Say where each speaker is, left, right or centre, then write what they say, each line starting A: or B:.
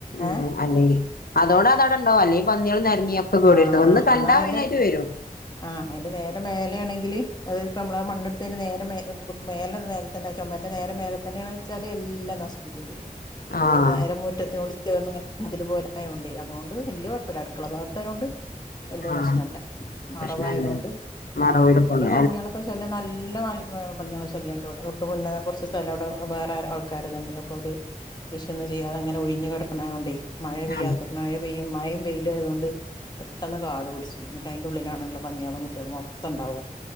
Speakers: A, on the left; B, on the left.
A: ഉം
B: ഏഹ്
A: അങ്ങേര് അതോട അത് അവടുണ്ടാവും അല്ലെങ്കി പന്നികൾ നിരങ്ങിയൊക്കെ കേടുവരു
B: ആഹ്
A: ഒന്ന്
B: ആഹ്
A: കണ്ടാ
B: എന്നാ അതിന്റെ
A: പിന്നെ അയിലെ വരും
B: ആഹ് അയിന്റെ നേരെ മേലെ ആണെങ്കിൽ അതായത് ഇപ്പൊ നമ്മള് മണ്ണെടുത്തന് നേരെ മേലെ മേലെ നേരത്തന്നെ ചുമരിന്റെ നേരെ മേലെ തന്നെയണ്ച്ചാല് എല്ലാം നശിപ്പിക്കുവേം ചെയ്യും
A: ആഹ്
B: നേരേ മുറ്റത്തിനോട് ചേർന്നങ്ങനെ മതില് പോലെആയോണ്ടെ ‌വലിയ കുഴപ്പവില്ല അടുക്കള ഭാഗ ണ്ട് വല്യ പ്രശ്നില്ല
A: ആഹ്
B: മറവായതോണ്ട്
A: പ്രശ്നല്ലേ മറവില്
B: ആഹ് അല്ലെങ്കിൽ
A: കൊണ്ട്
B: പന്നികളൊക്കെ പിന്നെ നല്ല പന്നികളെ ശല്യോണ്ട്‌ തൊട്ട് മുന്നേ കുറച്ച് സ്ഥലം അവിടെ വേറെ ആൾക്കാര്ത്ണ്ട് അപ്പൊ അത് കൃഷിയൊന്നും ചെയ്യാത അങ്ങനെ ഒഴിഞ്ഞ കിടക്കണതുകൊണ്ടേ മഴ പെയ്യാത്ത
A: ആഹ്
B: മഴ പെയ്യും മഴയും വെയിലും ആയതുകൊണ്ട് പെട്ടെന്ന് കാടു പിടിച്ചു എന്നിട്ട് അയിൻന്റെ ഉള്ളിലാണ് പന്നിയോളും കുട്ടികളും മൊ ത്തണ്ടാവുക